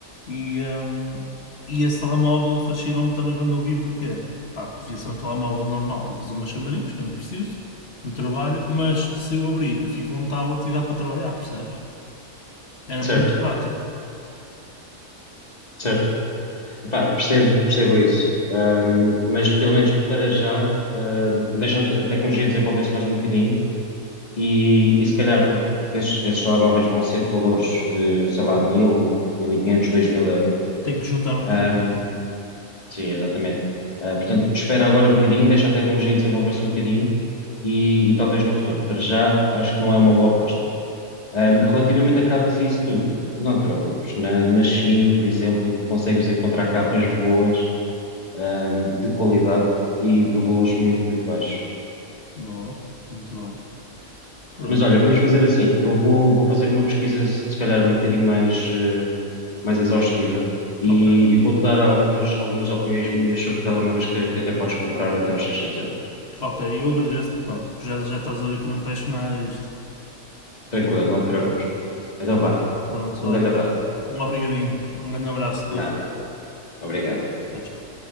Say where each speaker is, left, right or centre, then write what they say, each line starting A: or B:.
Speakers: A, on the left (about 50°); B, on the left (about 30°).
A: e, hum, e esse telemóvel fascinou-me também quando eu vi porque pá, podia ser um telemóvel normal para fazer umas chamarinhas quando preciso, no trabalho, mas se eu abrir, fica um tablet e dá para trabalhar, percebes? Era
B: Certo,
A: muito prático.
B: certo. Epá, percebo, percebo isso. Um, mas pelo menos para já, eh, deixar a tecnologia desenvolver-se mais um bocadinho E, e se calhar, porque esses, esses telemóveis vão ser valores de, sei lá, mil, mil e quinhentos,
A: Mas
B: dois mil euros.
A: tenho que juntar um
B: Ahm,
A: bocadinho ainda.
B: sim, exatamente. Ah, portanto, espera agora um bocadinho, deixa a tecnologia desenvolver-se um bocadinho e, e talvez no futuro. Para já, acho que não é uma boa aposta. Ahm, relativamente a capas e isso tudo, não te preocupes. Na, na Shein, por exemplo, consegues encontrar capas boas, ahm, de qualidade e por valores muito, muito baixos.
A: Boa, muito bem. Pronto,
B: Mas olha, vamos fazer assim. Eu vou, vou fazer uma pesquisa, se se calhar, um bocadinho mais. eh, mais exaustiva e,
A: ok.
B: e vou-te dar algumas, algumas opiniões minhas sobre telemóveis que, que até podes comprar até aos 600 euros.
A: Ok, eu agradeço-te, pá, porque já, já estás a ver que não peço nada disto.
B: Tranquilo, não te preocupes. Então vá,
A: Pronto,
B: um
A: olha,
B: grande abraço.
A: um obrigadinho, um grande abraço, Luís.
B: Nada. Obrigado.
A: Tchau, tchau.